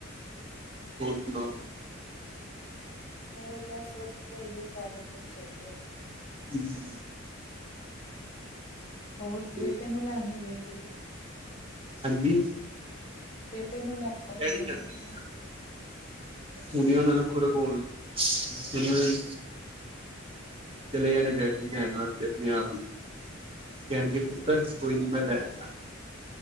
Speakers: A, on the right (about 30°); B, on the left (about 35°).
A: ਹੋਰ ਸੁਣਾਓ।
B: ਹੋਰ ਬਸ ਵਧੀਆ ਏ, ਸਾਰਾ ਕੁੱਛ ਸਹੀ ਐ।
A: <inaudible>
B: ਹੋਰ,
A: ਤੇ
B: ਬੇਟੇ ਨੂੰ ਲੈਣ ਨੀ ਗਏ ਤੁਸੀਂ।
A: ਹਾਂਜੀ।
B: ਬੇਟੇ ਨੂੰ ਲੈਣ ਨੀ
A: ਡੈਡੀ
B: ਗਏ,
A: ਜਾਂਦੇ
B: ਮੈਂ ਕਿਹਾ।
A: ਨੇ ਨਾ
B: ਅੱਛਾ
A: ਹੁਣੇ
B: ਅੱਛਾ
A: ਉਹਨਾਂ
B: ਡੈਡੀ
A: ਨੂੰ ਖੁਰਕ
B: ਜਾਣ
A: ਹੋਣ, ਹੁਣੇ ਉਹਨਾਂ ਨੂੰ ਚਲੇ ਜਾਣੇ ਨੇ ਡੈਡ ਜੀ ਲੈਣ ਵਾਸਤੇ ਆਪਣੇ ਆਪ ਹੀ, ਕਹਿਣਗੇ
B: ਹਾਂਜੀ
A: ਪੁੱਤਰ
B: ਹਾਂਜੀ
A: ਕੋਈ ਨੀ ਮੈਂ ਲੈਣ ਨਾ।